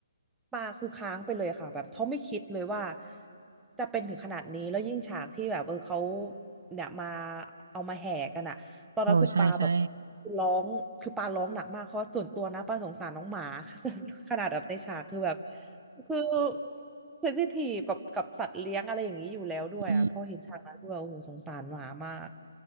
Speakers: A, in the centre; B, on the right.
A: ตาคือค้างไปเลยค่ะแบบเขาะไม่คิดเลยว่าจะเป็นถึงขนาดนี้แล้วยิ่งฉากที่แบบเออเขาเนี่ยมาเอามาแห่กันอะตอนนั้นคือปาแบบ
B: โอ้ใช่ใช่
A: ร้องคือปาร้องหนักมากเพราะส่วนตัวนะปาสงสารน้องหมา <laughs> ขนาดแบบในฉากคือแบบคือเซนซิทีฟกับกับสัตว์เลี้ยงอะไรอย่างนี้อยู่แล้วด้วยอะพอเห็นฉากนั้นคือแบบโอ้โหสงสารหมามาก
B: อืม